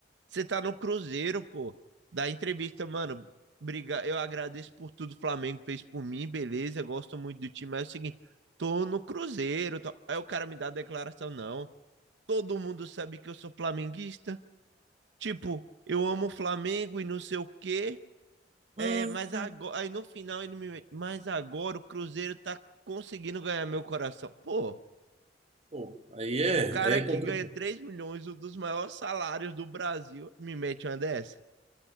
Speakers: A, on the right; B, on the right.
A: você tá no Cruzeiro, pô, da entrevista, mano, briga, eu agradeço por tudo que o Flamengo fez por mim, beleza, gosto muito do time, mas é o seguinte, tô no Cruzeiro, tô... aí o cara me dá a declaração, não, todo mundo sabe que eu sou flamenguista. Tipo, eu amo o Flamengo e não sei o quê,
B: ah,
A: é, mas agora, aí no final ele me mete, mas agora o Cruzeiro tá conseguindo ganhar meu coração. Pô,
B: Pô, aí é,
A: um cara
B: aí é
A: que
B: complicado.
A: ganha 3 milhões, um dos maiores salários do Brasil, me mete uma dessa.